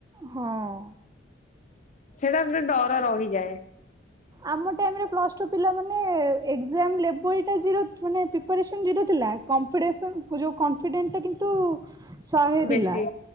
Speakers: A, on the right; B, on the left.
A: ହଁ।
B: ସେଇଟାେ ଡର ରହିଯାଏ
A: ଆମ ଟାଇମ ରେ ପ୍ଲସ ଟୁ ପିଲା ମାନେ ଏାମେବଲାର ମାନେ ପ୍ରିପସନ୍ ଜିରୋ ଥିଲାମ୍ପ ିଡେଣ୍ଟଟା କିନ୍ତୁ ଶହେ ଥିଲା
B: ବେଶୀ